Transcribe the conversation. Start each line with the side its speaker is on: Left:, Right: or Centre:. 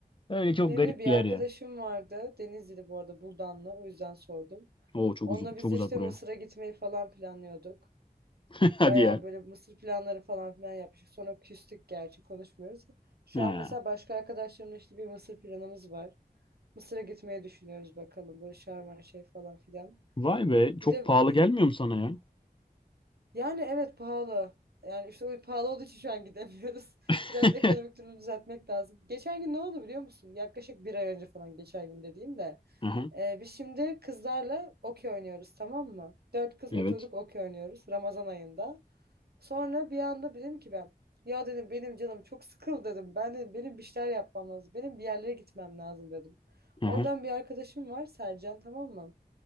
Left: Öyle çok
Right: Benim
Left: garip
Right: de bir
Left: bir yer
Right: arkadaşım
Left: ya.
Right: vardı. Denizli'de bu arada Buldanlı. O yüzden sordum.
Left: Oo çok
Right: Onunla
Left: uzak,
Right: biz
Left: çok
Right: de
Left: uzak
Right: işte
Left: buraya.
Right: Mısır'a gitmeyi falan planlıyorduk.
Left: <laughs> Hadi
Right: Bayağı
Left: ya.
Right: böyle mısır planları falan filan yapmıştık. Sonra küstük gerçi konuşmuyoruz. Şu
Left: Ha.
Right: an mesela başka arkadaşlarımla işte bir mısır planımız var. Mısır'a gitmeyi düşünüyoruz bakalım. Böyle şarman şey falan filan.
Left: Vay be çok
Right: Bir de e,
Left: pahalı gelmiyor mu sana ya?
Right: yani evet pahalı. Yani işte o pahalı olduğu için şu an gidemiyoruz.
Left: <laughs>
Right: <laughs> Biraz ekonomik durumu düzeltmek lazım. Geçen gün ne oldu biliyor musun? Yaklaşık bir ay önce falan geçen gün dediğim de.
Left: Aha,
Right: E, biz şimdi kızlarla okey oynuyoruz tamam mı? Dört kız
Left: evet.
Right: oturduk okey oynuyoruz Ramazan ayında. Sonra bir anda dedim ki ben ya dedim benim canım çok sıkıldı dedim. Ben dedim benim bir şeyler yapmam lazım. Benim bir yerlere gitmem lazım dedim.
Left: Aha.
Right: Oradan bir arkadaşım var Sercan tamam mı?